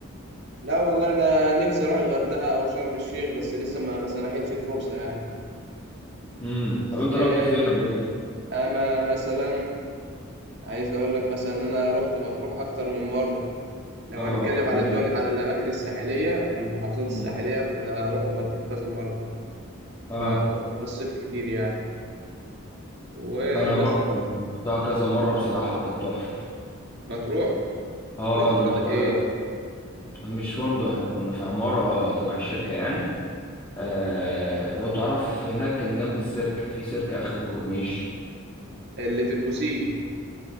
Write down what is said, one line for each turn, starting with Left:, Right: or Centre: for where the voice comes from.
Right: لا والله انا نفسي اروح الغردقه او شرم الشيخ بس لسه ما ما سنحتش الفرصه يعني
Left: امم طب انت
Right: بس
Left: رحت فين قبل كده
Right: انا مثلا عايز اقول لك مثلا ان انا رحت مطروح اكتر من مره لو
Left: اه
Right: هنتكلم
Left: جميله
Right: على الدول على الاماكن الساحليه المحافظات الساحليه
Left: امم
Right: فانا رحت مطروح كذا مره
Left: اه
Right: ب- بروحها في الصيف كتير يعني ومثلا
Left: انا برضو رحتها كذا مره بصراحه وكانت تحفه
Right: مطروح
Left: اه
Right: رحت
Left: انا
Right: شاطئ
Left: رحتها
Right: ايه
Left: مش فندق احنا كنا في عماره تبع الشركه يعني آه لو تعرف هناك كان جنب السيرك في سيرك اخر الكورنيش
Right: اللي في البوسيت